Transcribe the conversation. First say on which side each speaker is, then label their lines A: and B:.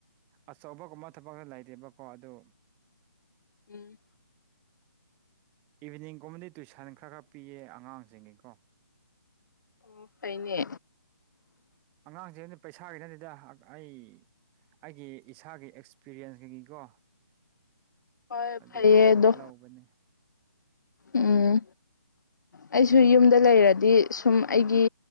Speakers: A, on the right; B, on the left.
A: ꯑꯆꯧꯕꯒꯨꯝꯕ ꯊꯕꯛ ꯂꯩꯇꯦꯕꯀꯣ ꯑꯗꯨ
B: ꯎꯝ
A: ꯏꯚꯤꯅꯤꯡꯒꯨꯝꯕꯗꯤ ꯇꯨꯏꯁꯟ ꯈꯔ ꯈꯔ ꯄꯤꯌꯦ ꯑꯉꯥꯡꯁꯤꯡꯒꯤꯀꯣ
B: ꯑꯣ ꯐꯥꯏꯅꯦ
A: ꯑꯉꯥꯡꯁꯤꯅ ꯄꯩꯁꯥꯒꯤ ꯅꯅꯤꯗ ꯑꯩ ꯑꯩꯒꯤ ꯏꯁꯥꯒꯤ ꯑꯦꯛꯁꯄꯤꯔꯤꯌꯦꯟꯁ ꯀꯒꯤꯀꯣ
B: ꯍꯣꯏ
A: ꯑꯗꯣ
B: ꯐꯩꯌꯦ ꯑꯗꯣ
A: ꯂꯧꯕꯅꯦ
B: ꯎꯝ ꯑꯩꯁꯨ ꯌꯨꯝꯗ ꯂꯩꯔꯗꯤ ꯁꯨꯝ ꯑꯩꯒꯤ